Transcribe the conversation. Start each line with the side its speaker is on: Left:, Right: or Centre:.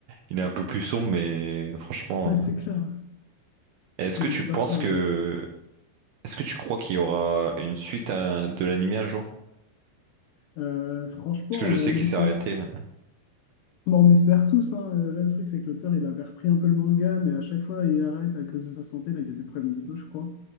Right: il est un peu plus sombre, mais franchement,
Left: Ouais,
Right: euh.
Left: c'est clair. hein.
Right: est-ce
Left: Non,
Right: que tu
Left: du
Right: penses
Left: part sur la
Right: que
Left: base.
Right: est-ce que tu crois qu'il y aura une suite à- de l'animé un jour?
Left: Euh, franchement,
Right: Parce que je
Left: euh,
Right: sais
Left: on
Right: qu'il
Left: espère.
Right: s'est arrêté. mais-
Left: Bon, on espère tous, hein. Euh, Là, le truc, c'est que l'auteur, il avait repris un peu le manga, mais à chaque fois, il arrête à cause de sa santé. Là, il a des problèmes de dos, je crois.